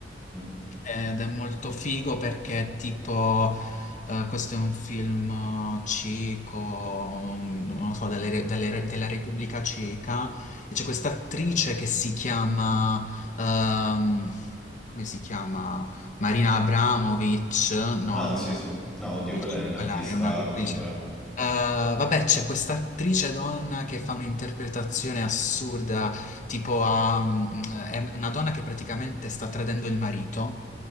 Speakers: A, in the centre; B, on the left (about 45°).
A: Mm.
B: ed è molto figo perché è tipo, eh, questo è un film ceco, non lo so, delle- delle- della Repubblica Ceca, e c'è questa attrice che si chiama... ehm, come si chiama? Marina Abramovic, no,
A: Ah,
B: non
A: sì,
B: è
A: sì. No, oddio,
B: Abramovic,
A: quello è un artista
B: quella è un'attrice.
A: contemporaneo.
B: Eh, vabbè, c'è questa attrice donna che fa un'interpretazione assurda, tipo a, mm, è una donna che praticamente sta tradendo il marito